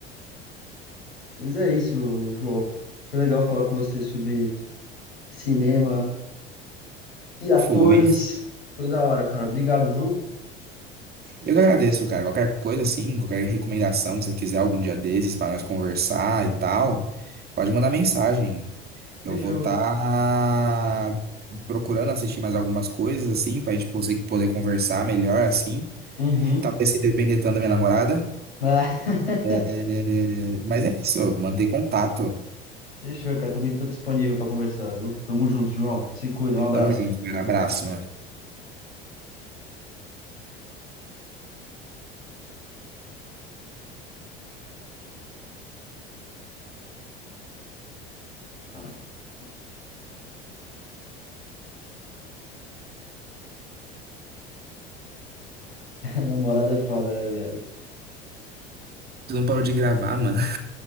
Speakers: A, on the left (about 75°); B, on the right (about 30°).
A: Mas é isso, João. Foi legal falar com você sobre cinema e atores.
B: Foi.
A: Foi da hora, cara. Obrigado, viu?
B: Eu que agradeço, cara. Qualquer coisa assim, qualquer recomendação, se você quiser algum dia desses para nós conversar e tal, pode mandar mensagem. Eu
A: Fechou.
B: vou estar procurando assistir mais algumas coisas assim, para a gente poder, poder conversar melhor assim.
A: Uhum.
B: Talvez se depender tanto da minha namorada.
A: Ah, <laughs>
B: É, Mas é isso, manter contato.
A: fechou, cara. Também tô disponível pra conversar, viu? Tamo junto, João. Se cuida, um abraço.
B: Tamo junto, cara. Abraço, mano.
A: Caralho. <laughs> Namorada é foda, né, viado?
B: Você não parou de gravar, mano.